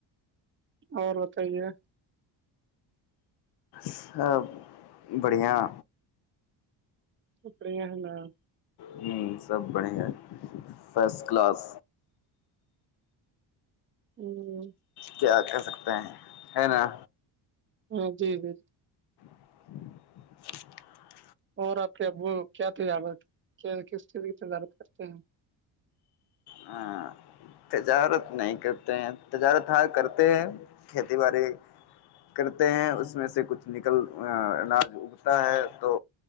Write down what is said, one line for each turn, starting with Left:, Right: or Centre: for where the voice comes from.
Right: اور بتائیے
Left: سب بڑھیاں
Right: اپڑیا ہے نا
Left: ہوں سب بڑے ہیں فسٹ کلاس
Right: ہوں
Left: کیا کہہ سکتے ہیں ہے نا
Right: ہاں جی جی جی
Left: <inaudible>
Right: اور آپ کے ابو کیا تجارت کس چیز کی تجارت کرتے ہیں
Left: ہاں تجارت نہیں کرتے ہیں تجارت ہ کرتے ہیں کھیتی باڑی کرتے ہیں اس میں سے کچھ نکل اناج اگتا ہے تو